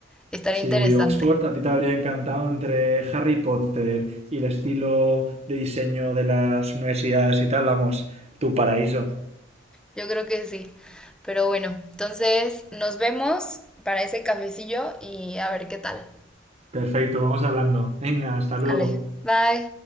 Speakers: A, in the centre; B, on the right.
A: estaría
B: Sí,
A: interesante.
B: uy, Oxford, a ti te habría encantado entre Harry Potter y el estilo de diseño de las universidades y tal, vamos, tu paraíso.
A: Yo creo que sí. Pero bueno, entonces nos vemos para ese cafecillo y a ver qué tal.
B: Perfecto, vamos hablando. Venga, hasta luego.
A: Dale. Bye.